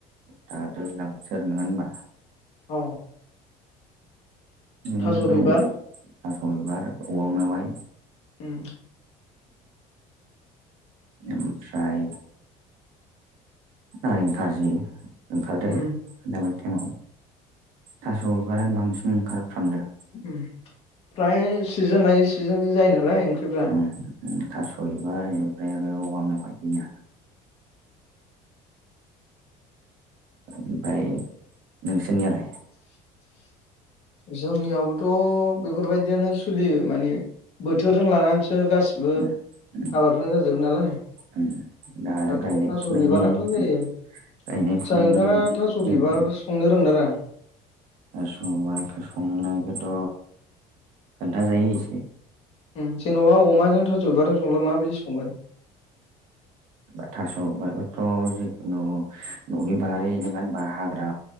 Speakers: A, on the right; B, on the left.
A: दा दैज्लां बोथोर नोङा होनबा?
B: अ
A: <unintelligible>
B: थास' बिबार
A: थास' बिबार औवा मेवाइ।
B: उम।
A: ओमफ्राय नारें खारजि। ओंखारदो आरो
B: उम
A: ना दाबादि टाइमाव। थास' बिबारानो बांसिन ओंखारफ्रामदो।
B: उम फ्राय सिजोन सिजोनसो जायो नालाय ओंख्रिफ्रा।
A: उम ओ थास' एनिफ्राय आरो औवा मेवाय बेनो। ओमफाय नोंसिनियालाय?
B: जोंनियावबोथ' बेफोरबायदियानो सोलियो माने बोथोरजों लानानैसो गासिबो
A: उम उम
B: आबादफोरानो जाजोबो नालाय।
A: उम। दा आरो
B: दाथ'
A: गायनाय
B: थास'
A: फुनायनि
B: बिबारानो
A: उम
B: जायो
A: गायनाय
B: आदसा
A: फुनायनि
B: नोंथाङा थास'
A: दिन।
B: बिबार संनो रोंगोन ना रोङा?
A: आरो संबाख संनायखोथ' खोन्थाजायो इसे।
B: उम जेन'बा अमाजों थास' बिबारजों संब्ला माबायदि संगोन?
A: बा थास' बिबारबाथ' जिखुनु न'नि बारि नोङा होनबा? हाग्रा